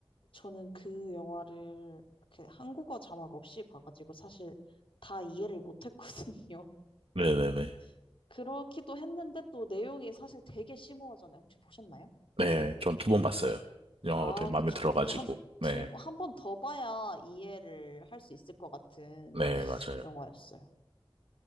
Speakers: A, on the left (about 65°); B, on the right (about 85°).
A: 저는 그 영화를 그 한국어 자막 없이 봐가지고 사실 다 이해를 못했거든요.
B: 네네네. 네, 네, 네, 네.
A: <laughs> 그렇기도 했는데 또 내용이 사실 되게 심오하잖아요. 혹시 보셨나요?
B: 네, 전 두 번 봤어요. 영화가
A: 아,
B: 되게 마음에
A: 그쵸.
B: 들어가지고.
A: 그래서 한
B: 네,
A: 두, 한 번 더 봐야 이해를 할 수 있을 것 같은
B: 네, 맞아요.
A: 영화였어요.